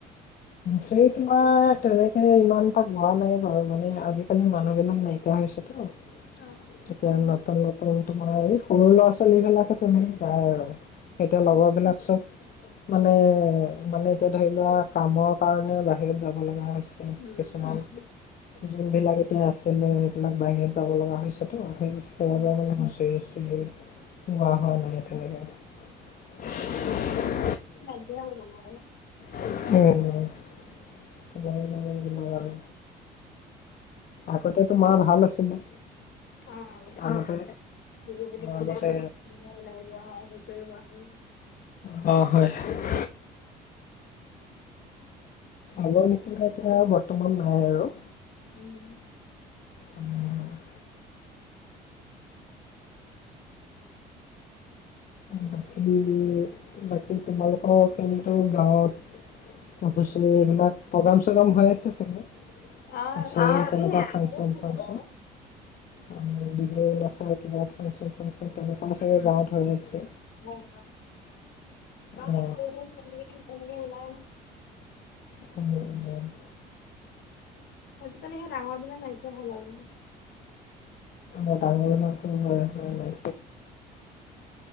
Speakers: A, on the left; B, on the left.
A: চ তোমাৰ তেনেকে ইমান এটা গোৱা নাই বাৰু মানে আজিকালি মানুহ বিলাক নাইকিয়া হৈছেতো
B: অ
A: তেিকে তন্নত উন্ত মান সৰু ল'ৰা ছোৱালী বিিলাকে তেনেকে গায় আৰু এতিয়া
B: অ
A: লগৰবিলাক চব মানে মানে এতিয়া ধৰি লোৱা কামৰ কাৰণে বাহিৰত যাব লগা হৈ
B: উম
A: কিছুমান
B: উম
A: যোনবিলাক এতিয়া আছিলে সেইবিলাক বাহিৰত যাব লগা হৈছেতো া মানেচৰি
B: অ
A: আ সি <inaudible> গোৱা
B: সেইটো
A: হোৱা নাই তাকে <unintelligible>
B: নতিয়া হ <unintelligible>
A: উ <unintelligible> বাক <unintelligible> আৰু আগতেতো মাৰ ভাল আছিলে
B: অ <unintelligible>
A: আগতে
B: বিহু বুলি কলে
A: আগতে
B: ওলাই লোৱা হয় হুচৰি মাৰা হয়
A: অঁ হয় <unintelligible> আগৰ নিচিনা এতিয়া বৰ্তমান নাই আৰু
B: উম
A: উ <inaudible> বাকী বাকী তোমালোকৰ পিনেতো গাঁৱত হুচৰি এইবিলাক প্ৰগ্ৰাম চগ্ৰাম হৈ আছে চাগে
B: আহ
A: হুঁচৰি
B: এ <unintelligible>
A: তেনেকুৱা ফাংচন চাংচন অ বিহু নাচা কিবা ফাংচন ত তেনেুৱা চাগে গাঁৱত হৈ আছে
B: ক
A: অ
B: <unintelligible>
A: সে <inaudible>
B: আজিকালি সেই ডাঙৰ বিলাক নাইকিয়া হ'ল আৰু
A: অ ডাঙৰ বিলাকৰ হয় হয় নাই
B: <inaudible>